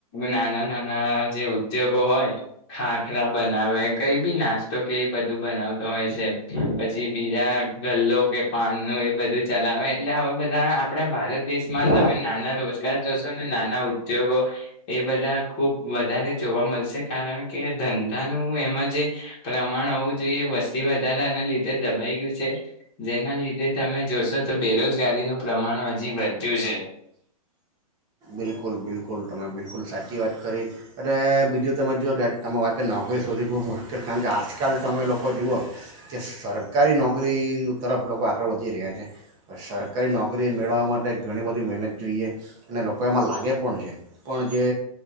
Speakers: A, on the left (about 30°); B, on the right (about 20°).
A: નાના નાના જે ઉદ્યોગો હોય ખાખરા બનાવે કઈ બી નાસ્તો કે બધું બનાવતો હોય છે પછી બીજા ગલ્લો કે પાન ન એ બધું ચલાવે એટલે આવા બધા આપણા ભારત દેશમાં તમે નાના રોજગાર જોશો ને નાના ઉદ્યોગો એ બધા ખુબ વધારે જોવા મળશે કારણ કે ધંધાનું એમાં જે પ્રમાણ હોવું જોઈએ વસ્તી વધારાના લીધે દબાઈ ગયું છે જે એના લીધે તમે જોશો તો બેરોજગારીનું પ્રમાણ હજી વધ્યું છે.
B: બિલકુલ બિલકુલ તમે બિલકુલ સાચી વાત કરી અને બીજું તમે જુઓ કે તમે વાત કરી નોકરી શોધી ખૂબ મુશ્કેલ કારણ કે આજકાલ તમે લોકો જુઓ કે સરકારી નોકરી તરફ લોકો આગળ વધી રહ્યા છે સરકારી નોકરી મેળવવા માટે ઘણી બધી મહેનત જોઈએ અને લોકો લોકો એમાં લાગે પણ છે પણ જે